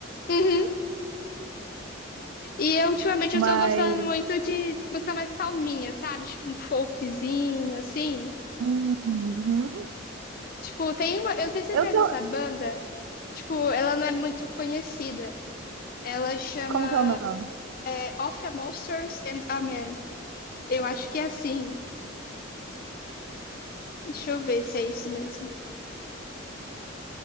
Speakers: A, on the left; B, on the right.
A: Uhum. E eu, ultimamente
B: Mas
A: eu tô gostando muito de música mais calminha, sabe? Tipo um folkzinho, assim.
B: uhum.
A: Tipo, tem uma. Eu não sei se
B: Eu
A: você conhece
B: tô.
A: essa banda. Tipo, ela não é muito conhecida. Ela chama
B: Como que é o nome?
A: é, Of a Monsters and a Man. Eu acho que é assim. Deixa eu ver se é isso mesmo.